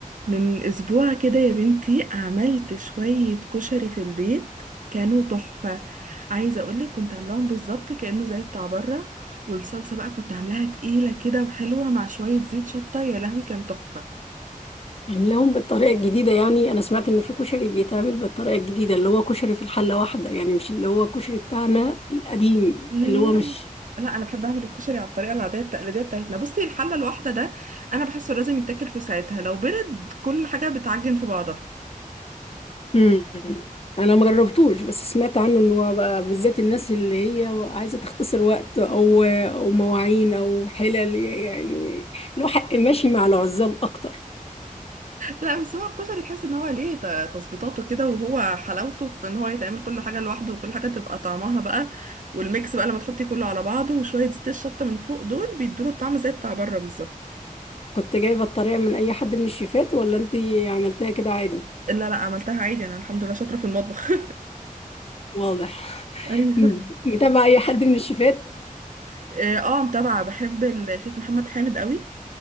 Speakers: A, on the right; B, on the left.
A: من اسبوع كده يا بنتي عملت شوية كشري في البيت كانوا تحفة عايزة اقولك كنت عاملاهم بالظبط كأنه زي بتاع بره والصلصة بقى كنت عاملاها تقيلة كده وحلوة مع شوية زيت شطة يا لهوي كان تحفة
B: عاملاهم بالطريقة الجديدة يعني أنا سمعت إن في كشري بيتعمل بالطريقة الجديدة اللي هو كشري في الحلة واحدة يعني مش اللي هو الكشري بتاعنا القديم
A: لا
B: اللي هو مش
A: لا لا انا بحب اعمل الكشري على الطريقة العادية التقليدية بتاعتنا بصي الحلة الواحدة ده انا بحسه لازم يتاكل في ساعتها لو برد كل حاجة بتعجن في بعضها
B: مم. أنا ما جربتوش بس سمعت عنه إن هو بقى بالذات الناس اللي هي عايزة تختصر وقت أو أو مواعين أو حلل يعني له حق ماشي مع العزاب أكتر
A: لا بس هو الكشري تحس ان هو ليه ت- تظبيطاته كده وهو حلاوته في ان هو يتعمل كل حاجه لوحده وكل حاجه تبقى طعمها بقى والميكس بقى لما تحطي كله على بعضه وشويه زيت الشطه من فوق دول بيدوله الطعم زي بتاع بره بالظبط
B: كنت جايبة الطريقة من أي حد من الشيفات ولا أنتي عملتها كده عادي؟
A: لا لا عملتها عادي انا الحمد لله شاطره في المطبخ <laughs>
B: واضح
A: ايوه
B: م- متابعة أي حد من الشيفات؟
A: اه آه، متابعه بحب الشيف محمد حامد قوي